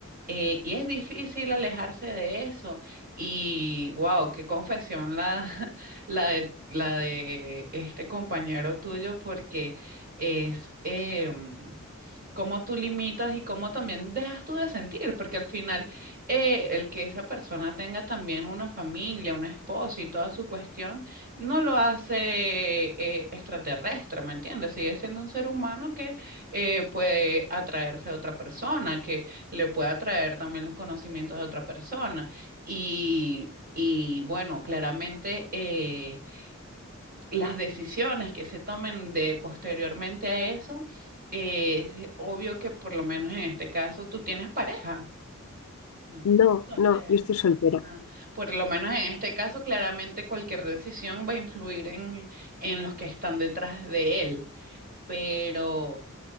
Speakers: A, on the right; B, on the left.
A: Eh, y es difícil alejarse de eso. Y wow, qué confesión la, <laughs> la de, la de este compañero tuyo, porque es... em, cómo tú limitas y cómo también dejas tú de sentir, porque al final eh, el que esa persona tenga también una familia, un esposo y toda su cuestión, no lo hace eh, extraterrestre, ¿me entiendes? Sigue siendo un ser humano que eh, puede atraerse a otra persona, que le puede atraer también los conocimientos de otra persona. Y, y bueno, claramente... eh, las decisiones que se tomen de posteriormente a eso, eh, es obvio que por lo menos en este caso tú tienes pareja. No,
B: no,
A: soltero.
B: no, yo estoy soltera.
A: Ah, por lo menos en este caso, claramente cualquier decisión va a influir en, en los que están detrás de él. Pero